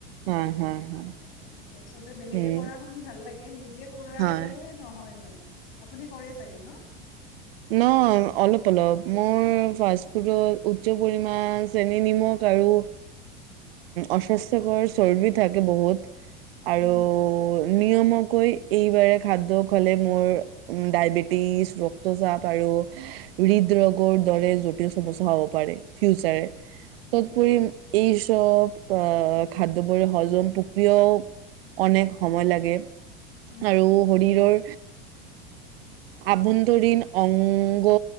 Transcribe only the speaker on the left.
এনেকে চবে বেলেগে
কৰা শুনি ভাল লাগে এ নিজ যে কৰাৰে
নহয় মানে আপুনি কৰে চাগে ন?
উম
উম
উম উম